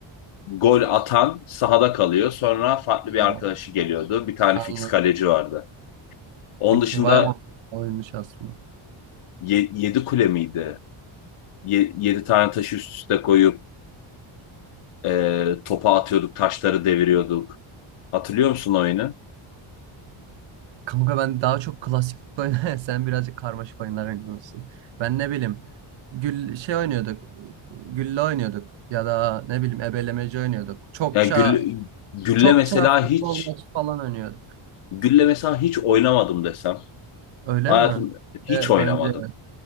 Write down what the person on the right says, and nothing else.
Wow.
Anladım.
Okey
bayağı mantıklı oyunmuş aslında.
Kanka ben daha çok klasik oynar. <laughs> Sen birazcık karmaşık oyunlar oynuyorsun. Ben ne bileyim. Gül şey oynuyorduk. Gülle oynuyorduk. Ya da ne bileyim ebelemeci oynuyorduk. Çokça
çokça
futbol
maçı falan oynuyorduk.
Öyle
mi?
E,
bence